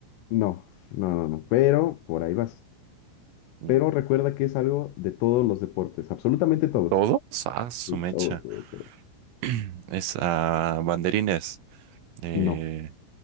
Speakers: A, on the left (about 80°); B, on the right (about 85°).
A: No, no, no, no, pero por ahí vas.
B: Mm.
A: Pero recuerda que es algo de todos los deportes, absolutamente todos.
B: ¿Todos? Ah, su
A: Sí,
B: mecha.
A: todo, todo, todo.
B: <clears throat> Es a banderines. Eh,
A: No,